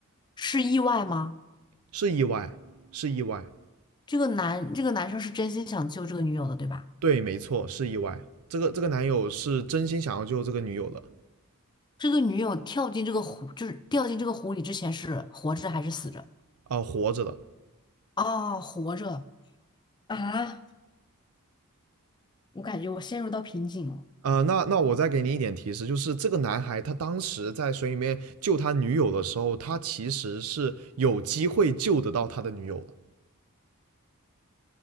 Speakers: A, on the left (about 20°); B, on the right (about 75°).
A: 是意外吗？
B: 是意外，是意外，
A: 这个男这个男生是真心想救这个女友的，对吧？
B: 对，没错，是意外。这个这个男友是真心想要救这个女友的，
A: 这个女友跳进这个湖，就是掉进这个湖里之前是活着还是死着？
B: 啊、呃活着的。
A: 哦，活着啊！我感觉我陷入到瓶颈了。
B: 呃，那那我再给你一点提示，就是这个男孩他当时在水里面救他女友的时候，他其实是有机会救得到他的女友的。